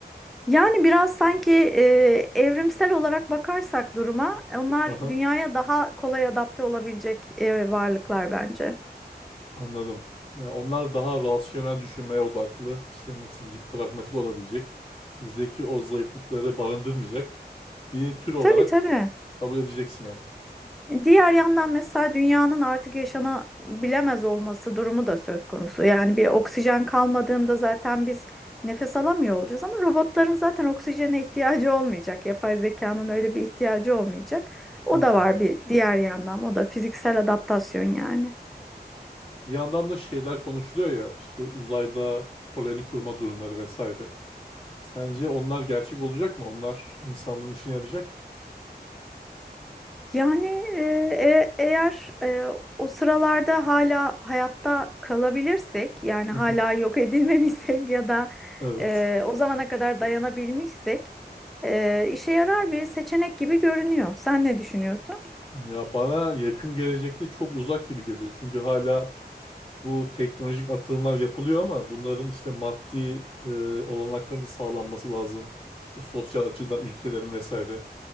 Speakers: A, in the centre; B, on the left.
A: Yani biraz sanki e, evrimsel olarak bakarsak duruma, onlar
B: <laughs>
A: dünyaya daha kolay adapte olabilecek e, varlıklar bence.
B: Anladım. Yani onlar daha rasyonel düşünmeye odaklı. işte nasıl diyeyim, pragmatik olabilecek. Bizdeki o zayıflıkları barındırmayacak bir tür olarak
A: Tabii tabii.
B: kabul edeceksin yani.
A: Diğer yandan mesela dünyanın artık yaşanabilemez olması durumu da söz konusu. Yani bir oksijen kalmadığında zaten biz nefes alamıyor olacağız ama robotların zaten oksijene ihtiyacı olmayacak. Yapay zekanın öyle bir ihtiyacı olmayacak. O
B: Hmm.
A: da var bir diğer yandan. O da fiziksel adaptasyon yani.
B: Bir yandan da şeyler konuşuluyor ya işte uzayda koloni kurma durumları vesaire. Sence onlar gerçek olacak mı? Onlar insanlığın işine yarayacak mı?
A: Yani e, e- eğer e, o sıralarda hala hayatta kalabilirsek, yani
B: <laughs>
A: hala yok <laughs> edilmemişsek ya da
B: Evet.
A: e, o zamana kadar dayanabilmişsek e, işe yarar bir seçenek gibi görünüyor. Sen ne düşünüyorsun?
B: Ya bana yakın gelecekte çok uzak gibi geliyor. Çünkü hala bu teknolojik atılımlar yapılıyor ama bunların işte maddi e, olanakların da sağlanması lazım. İşte sosyal açıdan ülkelerin vesaire